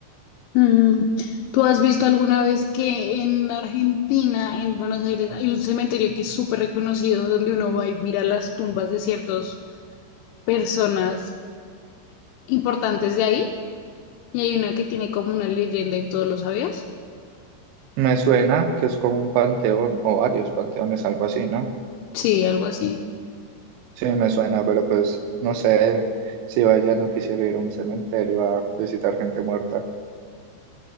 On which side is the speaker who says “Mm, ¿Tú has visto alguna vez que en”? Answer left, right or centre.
Left